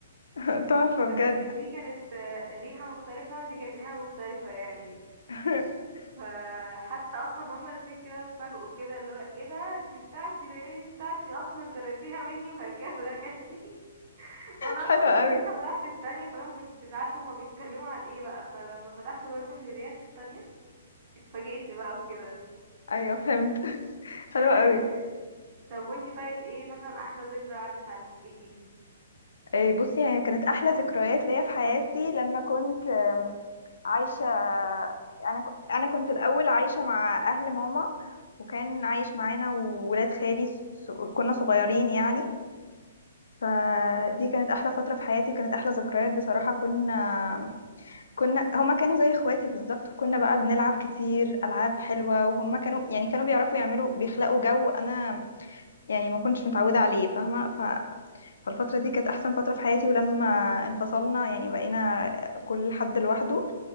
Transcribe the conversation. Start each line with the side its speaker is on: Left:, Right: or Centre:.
Left: <laughs> تحفة
Right: بس
Left: بجد
Right: دي كانت آه، ريحة مختلفة ودي كانت ريحة مختلفة يعني
Left: <laughs>
Right: فحتى اصلا هما الاتنين كده اتفاجئوا كده اللي هو ايه ده دي بتاعتي لان دي بتاعتي اصلا تراتيها مني وهكذا <laughs> يعني وانا اصلا
Left: حلوة
Right: مكنتش
Left: قوي
Right: لسه فتحت التانية فانا مكنتش عارفة هما بيتكلموا عن ايه بقى فلما فتحت برضو الهدايا التانية اتفاجئت بقى وكده
Left: ايوه فهمت <laughs> حلوة
Right: <laughs>
Left: قوي
Right: طب وانتي طيب ايه مثلا احلى ذكرى عدت عليكي
Left: إيه، بصي هي كانت احلى ذكريات ليا في حياتي لما كنت أم، عايشه انا ك- انا كنت الاول عايشه مع اهل ماما وكان عايش معانا وولاد خالي س- كنا صغيرين يعني فدي
Right: مم.
Left: كانت احلى فتره في حياتي كانت احلى ذكريات بصراحه كنا كنا هما كانوا زي اخواتي بالظبط وكنا بقى بنلعب كتير العاب حلوه وهما كانوا يعني كانوا بيعرفوا يعملوا بيخلقوا جو انا يعني ما كنتش متعوده عليه فاهمه فالفترة دي كانت أحسن فترة في حياتي ولما انفصلنا يعني بقينا كل حد لوحده